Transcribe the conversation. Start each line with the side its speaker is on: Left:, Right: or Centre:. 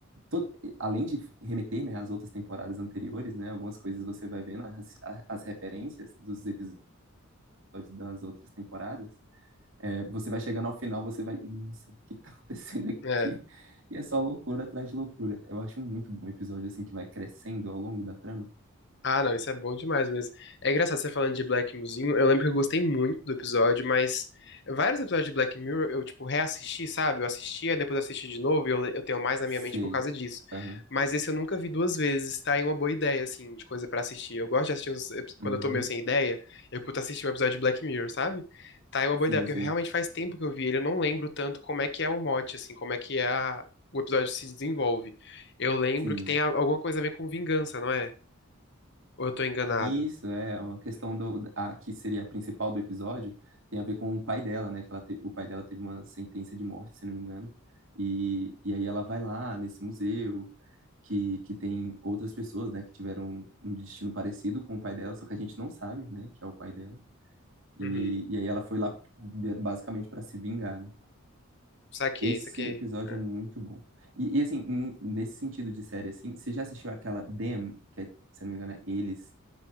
Right: to- além de remeter, né, às outras temporadas anteriores, né, algumas coisas você vai vendo as, a- as referências dos episódios das outras temporadas. É, você vai chegando ao final, você vai, nossa, o que que tá acontecendo aqui?
Left: é.
Right: E é só loucura atrás de loucura. Eu acho muito bom o episódio assim que vai crescendo ao longo da trama.
Left: Ah, não, isso é bom demais mesmo. É engraçado você falando de Black Mirrorzinho. Eu lembro que eu gostei muito do episódio, mas vários episódios de Black Mirror eu, tipo, reassisti, sabe? Eu assistia, depois assisti de novo e eu, le- eu tenho mais na
Right: Sei.
Left: minha mente por causa disso.
Right: Aham.
Left: Mas esse eu nunca vi duas vezes, tá? É uma boa ideia, assim, de coisa pra assistir. Eu gosto de assistir uns, epi- quando
Right: Uhum.
Left: eu tô meio sem ideia, eu curto assistir um episódio de Black Mirror, sabe? Tá, é uma
Right: Sim,
Left: boa ideia, porque
Right: sei.
Left: realmente faz tempo que eu vi ele. Eu não lembro tanto como é que é o mote, assim, como é que é a- o episódio se desenvolve. Eu lembro
Right: Sim.
Left: que tem a- alguma coisa a ver com vingança, não é? Ou eu tô enganado?
Right: Isso, é uma questão do a, que seria a principal do episódio, tem a ver com o pai dela, né? Que ela te- o pai dela teve uma sentença de morte, se não me engano. E, e aí ela vai lá nesse museu que, que tem outras pessoas, né? Que tiveram um destino parecido com o pai dela, só que a gente não sabe, né? Que é o pai dela. E,
Left: Uhum.
Right: e aí ela foi lá ba- basicamente para se vingar, né?
Left: Saquei,
Right: Esse
Left: saquei.
Right: episódio
Left: É.
Right: é muito bom. E, e assim, em- nesse sentido de série, assim, você já assistiu aquela Them, que é, se não me engano é Eles,